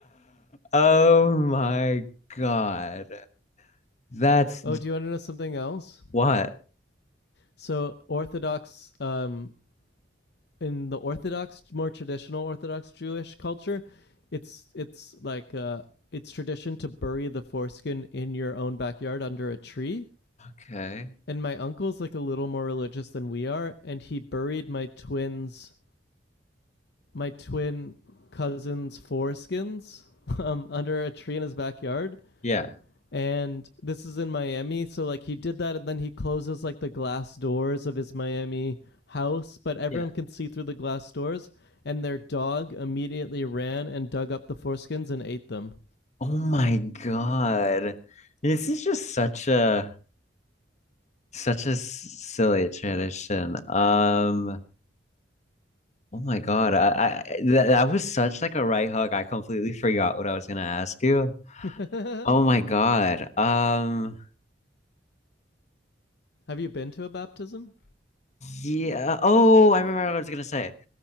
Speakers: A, on the left; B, on the left.
A: Oh my God. That's
B: oh do you want to know something else
A: what?
B: so Orthodox um, in the Orthodox, more traditional Orthodox Jewish culture, it's it's like uh, it's tradition to bury the foreskin in your own backyard under a tree.
A: Okay.
B: And my uncle's like a little more religious than we are, and he buried my twins, my twin cousins' foreskins <laughs> um, under a tree in his backyard
A: Yeah.
B: and this is in Miami. So like he did that, and then he closes like the glass doors of his Miami house, but everyone
A: Yeah.
B: can see through the glass doors. And their dog immediately ran and dug up the foreskins and ate them.
A: Oh my God. This is just such a such a silly tradition. Um, Oh my God. I, I that, that was such like a right hook. I completely forgot what I was gonna ask you.
B: <laughs> have
A: Oh my God. Um
B: you been to a baptism?
A: yeah. Oh, I remember what I was gonna say.